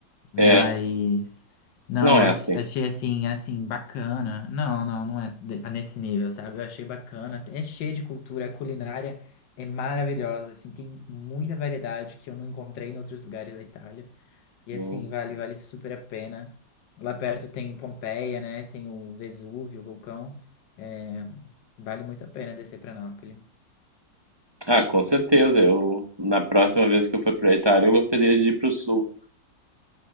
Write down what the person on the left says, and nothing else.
Mas
não,
eu
ach-
achei assim, assim, bacana. Não, não, não é de- nesse nível, sabe? Eu achei bacana. É cheio de cultura, a culinária é maravilhosa, assim, tem muita variedade que eu não encontrei em outros lugares da Itália. E
assim, vale, vale super a pena. Lá perto tem Pompeia, né? Tem o Vesúvio, o vulcão. É, vale muito a pena descer para Nápoles.